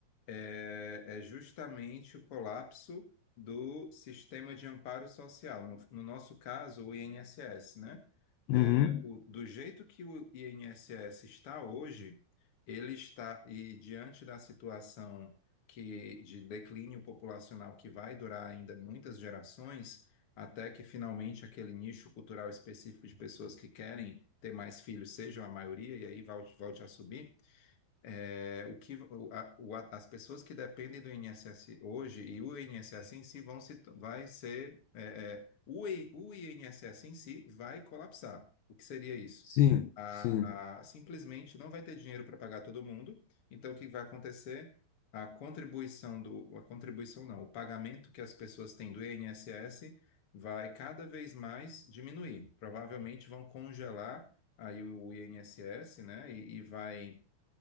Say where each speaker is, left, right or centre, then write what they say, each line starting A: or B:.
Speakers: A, on the left; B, on the left.
A: é, é justamente o colapso do sistema de amparo social, no, no nosso caso, o INSS, né? É,
B: Uhum.
A: o- do jeito que o INSS está hoje, ele está, e diante da situação que, de declínio populacional que vai durar ainda muitas gerações, até que finalmente aquele nicho cultural específico de pessoas que querem ter mais filhos sejam a maioria, e aí volte, volte a subir. É, o que, o- a- o- a- as pessoas que dependem do INSS hoje e o INSS em si vão se, vai ser, é, é, o, I- o INSS em si vai colapsar. O que seria isso?
B: Sim,
A: A,
B: sim.
A: a- simplesmente não vai ter dinheiro para pagar todo mundo, então o que vai acontecer? A contribuição do, a contribuição não, o pagamento que as pessoas têm do INSS vai cada vez mais diminuir. Provavelmente vão congelar aí o INSS, né? e e vai